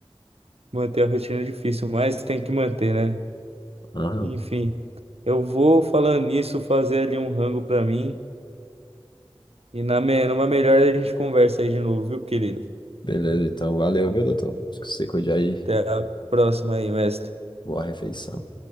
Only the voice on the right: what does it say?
<laughs> Manter a rotina é difícil, mas tem que manter, né?
Enfim, eu vou falando nisso, fazer ali um rango pra mim. E na me- numa melhor a gente conversa aí de novo, viu, querido?
Até a próxima aí, mestre.